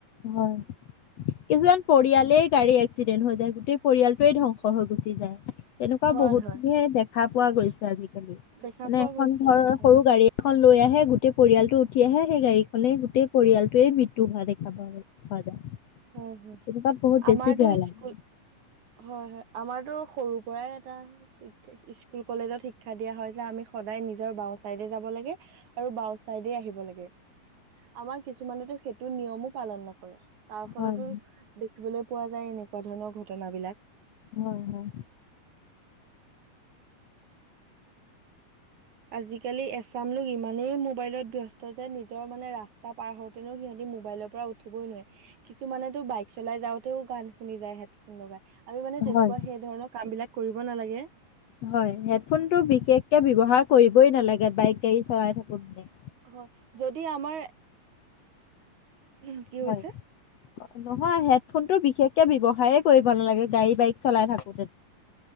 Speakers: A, on the left (about 65°); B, on the right (about 60°).
A: হয়। কিছুমান পৰিয়ালেই গাড়ী এক্সিডেণ্ট হৈ যায় গোটেই পৰিয়ালটোৱেই ধ্বংস হৈ গুচি যায়। তেনেকুৱা
B: হয়
A: বহুত
B: হয়
A: খিনি দেখা পোৱা গৈছে আজি- মানে
B: দেখা পোৱা
A: এখন
B: গৈছে
A: ঘৰৰ
B: হয় হয়
A: সৰু গাড়ী এখন লৈ আহে গোটেই পৰিয়ালটো তেতিয়াহে সেই গাড়ীখনেই গোটেই পৰিয়ালটোৱে মৃত্যু হোৱা দেখা পোৱা পোৱা যায়।
B: হয় হয়
A: তেনেকুৱাত বহুত বেছি
B: আমাৰতো
A: বেয়া লাগে
B: স্কুল হয় হয় আমাৰতো সৰুৰ পৰাই এটা স্কুল কলেজত শিক্ষা দিয়া হয় যে আমি সদায় নিজৰ বাওঁ চাইডে যাব লাগে আৰু বাওঁ চাইডে আহিব লাগে। আমাৰ কিছুমানেতো সেইটো নিয়মো পালন নকৰে। তাৰ ফলতো
A: হয়
B: দেখিবলৈ পোৱা যায় এনেকুৱা ধৰণৰ ঘটনাবিলাক
A: হয় হয়।
B: আজিকালি এচাম লোক ইমানেই মোবাইলত ব্যস্ত যে নিজৰ মানে ৰাস্তা পাৰ হওঁতেনো সিহঁতি মোবাইলৰ পৰা উঠিবই নোৱাৰি কিছুমানেতো বাইক চলাই যাওঁতেও গান শুনি যায় হেডফোন লগাই। আমি মানে তেনেকুৱা
A: হয়
B: সেই ধৰণৰ কাম বিলাক কৰিব নালাগে।
A: হয় হেডফোনটো বিশেষকে ব্যৱহাৰ কৰিবই নালাগে বাইক গাড়ী চলাই থাকোঁতে।
B: হয় যদি আমাৰ, কি কৈছে?
A: হয় নহয় হেডফোনটো বিশেষকে ব্যৱসাৰেই কৰিব নালাগে গাড়ী বাইক চলাই থাকোঁতে।